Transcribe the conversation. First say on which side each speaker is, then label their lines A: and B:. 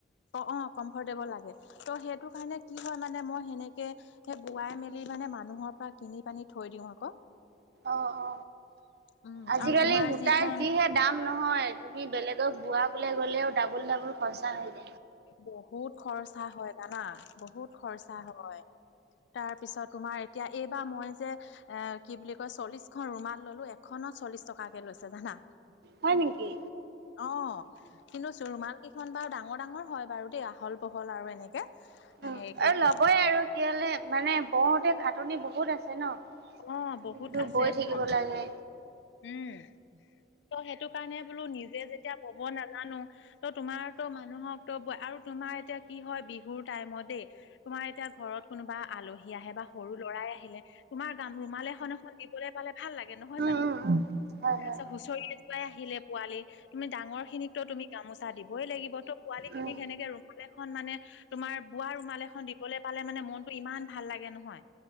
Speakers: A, on the left; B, on the right.
A: অ অ কমফৰ্টেবল লাগে ত সেইটো কাৰণে কি হয় মানে মই সেনেকে সেই বোৱাই মেলি মানে মানুহৰ পৰা কিনি পানি থৈ দিওঁ। আকৌ
B: অ অ
A: উম
B: আজিকালি
A: আৰু তোমাৰ
B: সুতাৰ
A: যিখন
B: যিহে দাম নহয় তুমি বেলেগক বোৱাবলে গ'লেও ডাবুল ডাবুল খৰচা হৈ যায়
A: বহুত খৰচা হয় জানা বহুত খৰচা হয়। তাৰ পিছত তোমাৰ এতিয়া এইবাৰ মই যে এ কি বুলি কয় চল্লিশখন ৰুমাল ল'লো এখনত চল্লিশ টকা -কে লৈছে জানা
B: হয় নেকি?
A: অ কিন্তু চো ৰুমাল কেইখন বাৰু ডাঙৰ ডাঙৰ ডাঙৰ হয় বাৰু দেই আহল বহল আৰু এনেকে।
B: উম
A: হেৰি কৰি
B: আৰু
A: দিছে
B: ল'বই আৰু কেলে মানে বওঁতে খাটনি বহুত আছে ন।
A: অ বহুত
B: দিনটো
A: আছে
B: বৈ
A: ন
B: থাকিব লাগে।
A: উম। ত' সেইটো কাৰণে বোলো নিজে যেতিয়া বব নাজানো ত' তোমাৰতো মানুহকতো আৰু তোমাৰ এতিয়া কি হয় বিহুৰ টাইমত দেই তোমাৰ এতিয়া ঘৰত কোনোবা আলহী আহে বা সৰু ল'ৰাই আহিলে তোমাৰ ৰুমাল এখন এখন দিবলে পালে ভাল লাগে
B: উম,
A: নহয় জানো।
B: উম, উম, হয়, হয়।
A: তাৰপিছত হুচৰি এযোৰাই আহিলে পোৱালি তুমি ডাঙৰ খিনিকতো তুমি গামোচা দিবই লাগিব ত' পোৱালি
B: উম,
A: খিনিক সেনেকে ৰুমালে খন মানে তোমাৰ বোৱা ৰুমাল এখন দিবলে পালে মানে মনটো ইমান ভাল লাগে নহয়।